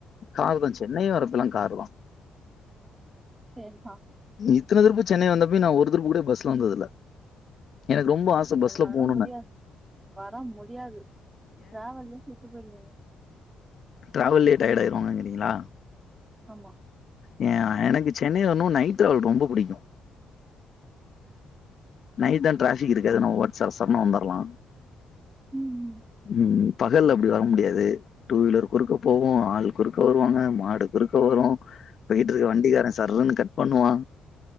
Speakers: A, on the left; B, on the right.
A: காரு தான் சென்னை வர்றப்பல்லாம் காரு தான்
B: சேரிதா
A: இத்தன திருப்பு சென்னை வந்த போய் நா ஒரு திருப்பு கூட பஸ்ல வந்ததுல்ல எனக்கு ரொம்ப ஆச பஸ்ல
B: அது வர
A: போணுன்னு
B: முடியாது வர முடியாது டிராவல்லே செத்து போயிருவீங்க
A: ட்ராவல்லையே டயர்ட் ஆயிருவோங்கிங்களா
B: ஆமா
A: ஏ எனக்கு சென்னை வரனு நைட் ட்ராவல் ரொம்ப பிடிக்கும் நைட் தான் ட்ராபிக் இருக்காது ஆனா ஒரு <unintelligible> வந்துடலாம்
B: ம்
A: உம் பகல்ல அப்படி வர முடியாது டூ வீலர் குறுக்க போவோம் ஆளு குறுக்க வருவாங்க மாடு குறுக்க வரும் போயிட்டுருக்க வண்டிக்காரன் சர்ன்னு கட் பண்ணுவா